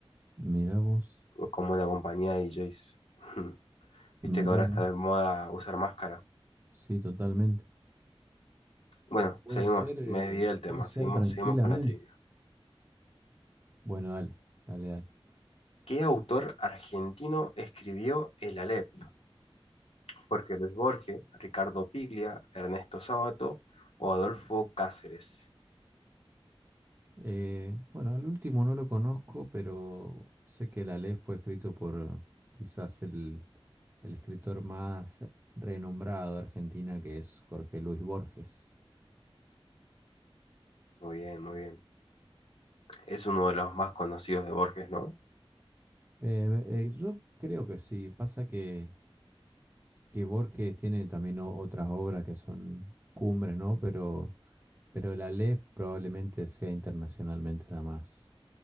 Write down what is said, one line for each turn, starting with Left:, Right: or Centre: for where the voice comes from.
Right: Mira vos,
Left: como la compañía de DJs. <laughs>
Right: mira,
Left: Viste que ahora
Right: mira.
Left: está de moda usar máscara.
Right: Sí, totalmente.
Left: Bueno,
Right: Puede
Left: seguimos,
Right: ser, eh,
Left: me desvié del tema,
Right: puede ser
Left: seguimos,
Right: tranquilamente.
Left: seguimos con la trivia.
Right: Bueno, dale, dale, dale.
Left: ¿Qué autor argentino escribió El Aleph Jorge Luis Borges, Ricardo Piglia, Ernesto Sábato o Adolfo Cáceres.
Right: Eh, bueno, al último no lo conozco, pero sé que la ley fue escrito por quizás el, el escritor más renombrado de Argentina, que es Jorge Luis Borges.
Left: Muy bien, muy bien. Es uno de los más conocidos de Borges, ¿no?
Right: Eh, eh, yo creo que sí. Pasa que que Borges tiene también o- otras obras que son cumbres, ¿no? Pero, pero la Aleph probablemente sea internacionalmente la más,